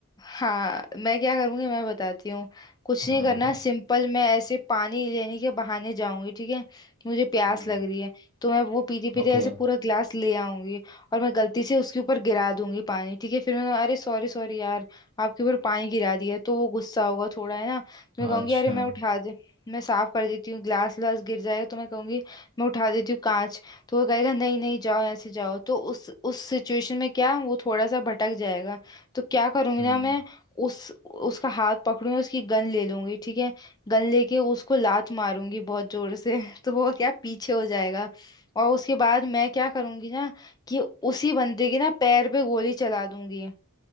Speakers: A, on the left; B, on the right.
A: हाँ मैं क्या करूँगी मैं बताती हूँ कुछ नहीं
B: हाँ
A: करना
B: बता
A: सिंपल मैं ऐसे पानी लेने के बहाने जाऊंगी ठीक है कि मुझे प्यास
B: हम्म
A: लग रही है तो मैं वो पीते पीते
B: ओके
A: ऐसे पूरा ग्लास ले आऊंगी और मैं गलती से उसके ऊपर गिरा दूंगी पानी ठीक है फिर मैं कहूँ, अरे सॉरी सॉरी यार आपके ऊपर पानी गिरा दिया तो वो गुस्सा होगा थोड़ा है ना तो मैं कहूंगी
B: अच्छा
A: अरे मैं उठा दे मैं साफ कर देती हूँ ग्लास व्लास गिर जाएगा तो मैं कहूंगी मैं उठा देती हूँ कांच तो वो कहेगा नहीं नहीं जाओ ऐसे जाओ तो उस उस सिचुएशन में क्या वो थोड़ा सा भटक जाएगा तो क्या करूंगी
B: हम्म
A: ना मैं उस उसका हाथ पकड़ूंगी उसकी गन ले लूंगी ठीक है गन लेके उसको लात मारूंगी बहुत जोर से <laughs> तो वो क्या पीछे हो जाएगा और उसके बाद मैं क्या करूंगी ना कि उसी बंदे के ना पैर पे गोली चला दूंगी